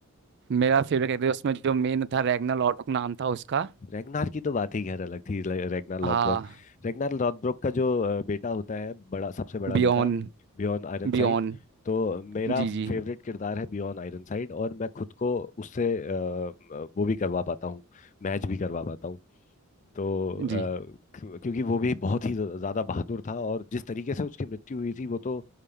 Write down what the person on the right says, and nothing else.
मेरा फेवरेट कैरेक्टर उसमें जो मेन था रैग्ना लॉटबुक नाम था उसका
हाँ
बियॉन
बियॉन
जी जी
जी